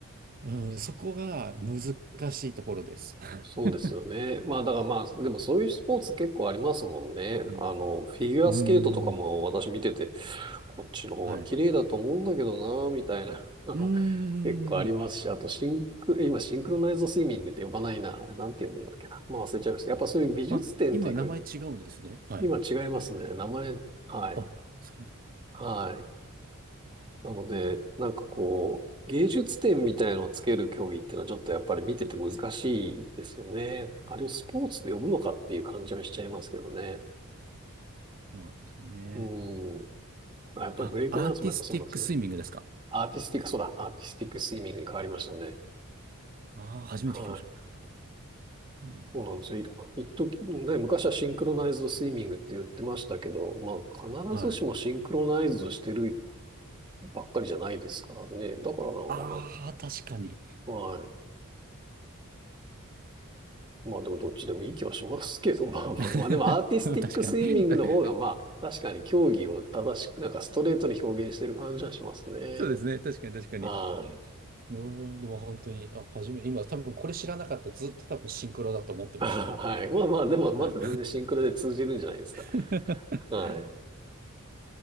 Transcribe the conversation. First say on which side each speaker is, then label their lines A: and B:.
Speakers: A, on the right (about 40°); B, on the right (about 20°).
A: うん、そこが難しいところです。<laughs>
B: そうですよね。まあだからまあ、でもそういうスポーツ結構ありますもんね。
A: うん、
B: あの、フィギュアスケートとかも私見てて、
A: うーん
B: こっちの方が綺麗だと思うんだけどな、
A: はい。
B: みたいな。<laughs>
A: うー
B: 結構ありますし、
A: ん。
B: あとシンク、今シンクロナイズドスイミングって呼ばないな。あれなんて呼ぶんだっけな。まあ忘れちゃいました。やっぱそういう美術展というか、
A: あ、今名前違うんですね。はい。
B: 今違いますね。名前、はい。
A: あ、そうだ。
B: はい。なので、なんかこう、芸術点みたいのをつける競技っていうのはちょっとやっぱり見てて難しいですよね。あれをスポーツと呼ぶのかっていう感じはしちゃいますけどね。
A: そうなんですね。
B: うん。あ、やっぱりブレイクダンスもやっぱそうなんですよね。
A: あ、アーティスティックスイミングですか。
B: アーティスティック、そうだ、アーティスティックスイミングに変わりましたね。
A: ああ、初めて聞きました。
B: はい。
A: うん、
B: そうなんですよ。い一時、ね、昔はシンクロナイズドスイミングって言ってましたけど、まあ必ずしもシンクロナイズドしてる
A: はい。
B: ばっかりじゃないですからね。だからなのか
A: ああ、確かに。
B: な。はい。まあでもどっちでもいい気はしますけど、
A: そっか。
B: <laughs> まあまあまあ、
A: <laughs>
B: でもアーティスティックスイミングの方がまあ確かに競技を正しく、
A: 確かに。<laughs>
B: なんかストレートに表現してる感じはしますね。
A: そうですね。確かに、確かに。
B: はい。
A: うーん、でも本当に、あ、初め、今多分これ知らなかった。ずっと多分シンクロだと思ってまし
B: <laughs> はい。<laughs> まあまあ、でもまだ全然シンクロで通じるんじゃないですか。
A: た。はい。<laughs>
B: はい。